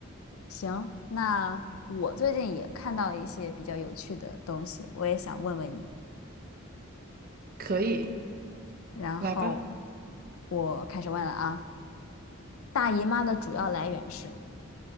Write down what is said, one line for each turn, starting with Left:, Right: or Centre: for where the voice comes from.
Left: 行，那我最近也看到一些比较有趣的东西，我也想问问你。
Right: 可以，
Left: 然后
Right: 来吧。
Left: 我开始问了啊，大姨妈的主要来源是